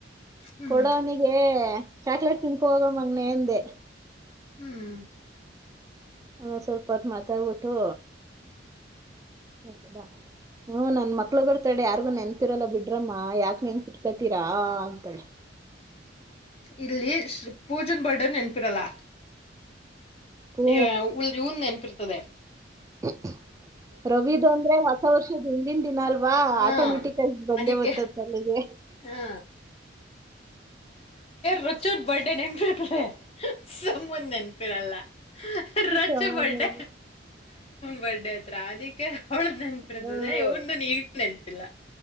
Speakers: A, on the left (about 30°); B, on the right (about 15°).
A: ಹ್ಮ್
B: ಕೊಡವನಿಗೆ ಚಾಕ್ಲೇಟ್ ತಿನ್ಕೊ ಹೋಗ ಮಗ್ನ ಎಂದೆ
A: ಹ್ಮ್
B: ಆ ಸ್ವಲ್ಪತ್ ಮಾತ ಆಗ್ಬಿಟ್ಟು ಹದಾ ಹ್ಮ ನನ್ ಮಕ್ಳ ಬರ್ತಾಡೆ ಯಾರಿಗು ನೆನ್ಪಿರಲ್ಲ ಬಿಡ್ ರಮ್ಮ ಯಾಕ ನೆನ್ಪಿ ತತೀರಾ ಅಂತಾಳೆ
A: ಇಲ್ಲಿ ಪೂಜನ್ ಬರ್ಡನ್ ನೆನ್ಪಿರಲ್ಲ
B: ಹ್ಞೂ
A: ಈ ಉಲ್ ಹನ್ ನೆನ್ಪಿ ಇರ್ತದೆ
B: ಹ್ಮ ರವಿದು ಅಂದ್ರೆ ಹೊಸ ವರ್ಷದ ಹಿಂದ ದನ್ ದಿನ ಅಲ್ವಾ
A: ಹಾ
B: ಆಟೋಮೆಟಿಕ್ಗ ಬಂದೇ
A: ಅದಕ್ಕೆ
B: ಬೊತ್ತತ್ ಅಲ್ಲಿಗೆ
A: ಹಾ ರೊಚ್ಚೋ ಬರ್ಡೇ ನೆಮಪರ್ತದೆ. ಸಮ್ಮನ್ ನೆನಪಿರಲ್ಲ ರಜ
B: ಹೌದೌದು
A: ಬರ್ಡೆ ಬರ್ಡೇ ಹತ್ರ ಅದಕ್ಕೆ ಹೊಳ್ದ ನೆನಪ್ ಇರ್ತದೆ
B: ಹ್ಮ್
A: ಇವಂದು ಮೆ ಟೆನ್ ಇಲ್ಲ.